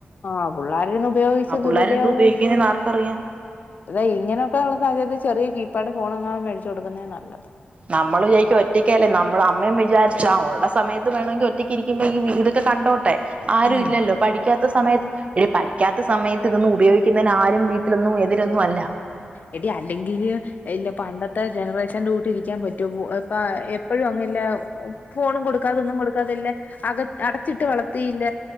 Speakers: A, on the left (about 50°); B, on the right (about 35°).
A: ആഹ് പുള്ളാരിന്ന് ഉപയോഗിച്ച്
B: പിള്ളേരെന്ത്
A: ദുരുപയോഗ
B: ഉപയോഗിക്കുന്നേന്ന് ആർക്കറിയാം
A: അതാ ഇങ്ങനെ പ്പള്ള സാഹചര്യത്തിൽ ചെറിയ കീ പാഡ് ഫോണെങ്ങാനും മേടിച്ചു കൊടുക്കുന്നതാ നല്ലത്
B: നമ്മൾ വിചായിക്കും ഒറ്റയ്ക്കല്ലേ നമ്മള് അമ്മയും വിചാരിച്ചാ ഉള്ള സമയത്ത് വേണമെങ്കിൽ ഒറ്റയ്ക്ക് ഇരിക്കുമ്പോ ഈ ഇതൊക്കെ കണ്ടോ ട്ടെ ആരും
A: ഉം
B: ഇല്ലല്ലോ പഠിക്കാത്ത സമയത്ത് <unintelligible> ക്കാത്ത സമയത്ത് ഇതൊന്നും ഉപയോഗിക്കുന്നന് ആരും വീട്ടിലൊന്നും എതിരൊന്നും അല്ല
A: എടി അല്ലെങ്കില് ഇല്ല പണ്ടത്തെ ജനറേഷന്റെ കൂട്ടി ഇരി ക്കാൻ പറ്റൊ ഇപ്പ എപ്പഴും അങ്ങല്ല ഫോണ് കൊടുക്കാത ഒന്നും കൊടുക്കാതല്ല അക അടച്ചിട്ട് വളർത്തിയില്ല